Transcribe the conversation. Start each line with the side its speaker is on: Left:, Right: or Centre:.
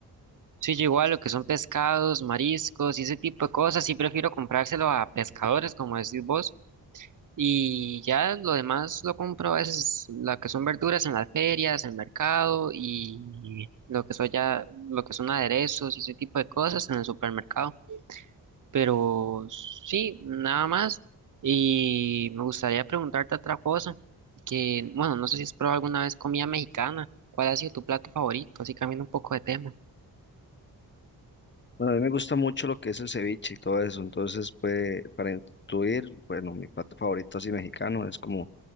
Right: Sí, yo igual lo que son pescados, mariscos y ese tipo de cosas, sí prefiero comprárselo a pescadores, como decís vos. Y ya lo demás lo compro a veces, la que son verduras en las ferias, en el mercado y lo que son ya, lo que son aderezos y ese tipo de cosas en el supermercado. Pero sí, nada más. Y me gustaría preguntarte otra cosa, que bueno, no sé si has probado alguna vez comida mexicana. ¿Cuál ha sido tu plato favorito? Así cambiando un poco de tema.
Left: Bueno, a mí me gusta mucho lo que es el ceviche y todo eso, entonces, pues, para intuir, bueno, mi plato favorito así mexicano es como,